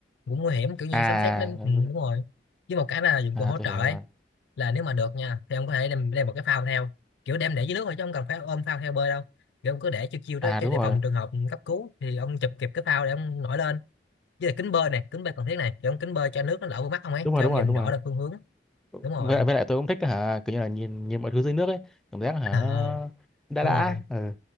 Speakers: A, on the left; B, in the centre.
A: cũng nguy hiểm kiểu như
B: À,
A: sấm sét nên ừ, đúng rồi với một cái là dụng
B: à
A: cụ hỗ
B: tôi
A: trợ
B: hiểu
A: ấy
B: rồi.
A: là nếu mà được nha thì ông có thể đem, đem một cái phao theo kiểu đem để dưới nước thôi chứ không cần phải ôm phao theo bơi đâu kiểu ông cứ để chiêu chiêu
B: À
A: đó cho-
B: đúng
A: để
B: rồi,
A: phòng trường hợp cấp cứu thì ông chụp kịp cái phao để ông nổi lên với lại kính bơi này kính bơi cần thiết này kiểu ông kính bơi cho nước nó đỡ vào mắt ông ấy
B: đúng rồi,
A: kiểu
B: đúng
A: ông nhìn
B: rồi, đúng
A: rõ
B: rồi.
A: được phương hướng đúng rồi
B: Với lại, với lại tôi cũng thích hả, kiểu như là nhìn nhìn mọi thứ dưới nước ấy, cảm giác hả
A: à
B: nó đã
A: đúng
B: đã.
A: rồi
B: Ừ,